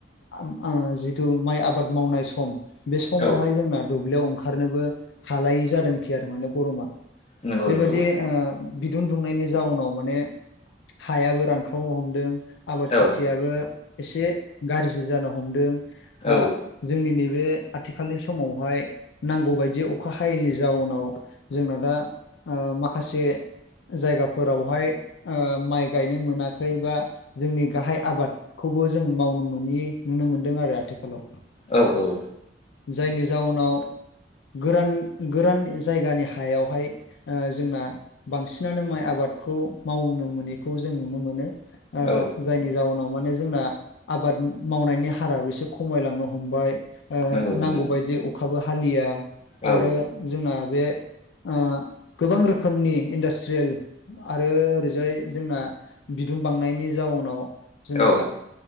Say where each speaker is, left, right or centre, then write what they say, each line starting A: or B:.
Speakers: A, on the left; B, on the left.
A: आम जिथु माइ आबाद मावनाय सम बे समावहाय
B: औ
A: जोंना दुब्लियाव ओंखारनोबो हालायै जादोंखै आरो माने गरमा।
B: नंगौ
A: बेबादि
B: नंगौ
A: ओ बिदुं दुंनायनि जाउनाव माने हायाबो रानख्रावनो हमदों। आबाद खेथियाबो
B: औ
A: एसे गाज्रि जानो हमदों
B: औ
A: बा जोंनि नैबे आथिखालनि समावहाय नांगौ बायदि अखा हायैनि जाउनाव जोंना दा ओ माखासे जायगाफोरावहाय माइ गायनो मोनाखै बा जोंनि गाहाय आबाद खौबो जों मावनो मोनि नुनो मोनदों आरो आथिखालाव
B: औ औ
A: जायनि जाउनाव गोरान गोरान जायगानि हायावहाय जोंना बांसिनानो माइ आबादखौ मावनो मोनैखौ जों नुनो मोनो। ओ
B: औ
A: जायनि जााहनाव माने जोंना आबाद मावनायनि हाराबो एसे खमायलांनो हमबाय। ओ
B: नंगौ
A: नांगौबायायदि
B: नंगौ
A: अखाबो हालिया
B: औ
A: आरो जोंना बे ओ गोबां रोखोमनि इन्डास्ट्रियेल आरो ओरैजाय जोंना बिदुं बांनायनि जाउनाव जोंना
B: औ